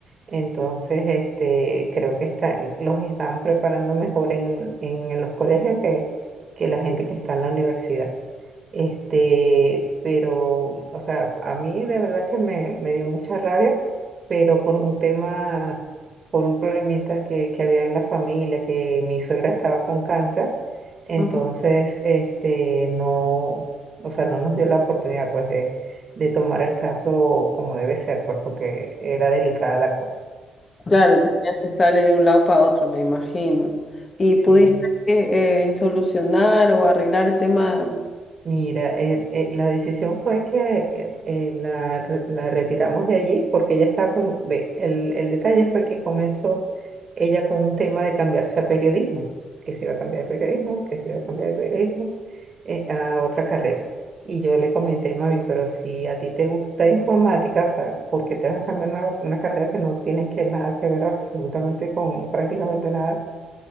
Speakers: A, on the right; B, on the left.
A: Entonces, este, creo que está, los están preparando mejor en, en los colegios que, que la gente que está en la universidad. Este, pero, o sea, a mí de verdad que me, me dio mucha rabia, pero por un tema, por un problemita que, que había en la familia, que mi suegra estaba con cáncer, entonces,
B: Ujú.
A: este, no, o sea, no nos dio la oportunidad, pues, de, de tomar el caso como debe ser, pues, porque era delicada la cosa.
B: Claro, tenías que estarle de un lado para otro, me imagino. ¿Y
A: Entonces,
B: pudiste eh, eh, solucionar o arreglar el tema?
A: Mira, eh, eh, la decisión fue que eh, eh, la, re- la retiramos de allí porque ella estaba con... ve, el, el detalle fue que comenzó ella con un tema de cambiarse a periodismo, que se iba a cambiar de periodismo, que se iba a cambiar de periodismo eh, a otra carrera. Y yo le comenté, mami, pero si a ti te gusta informática, o sea, ¿por qué te vas a cambiar una, una carrera que no tiene que nada que ver absolutamente con prácticamente nada?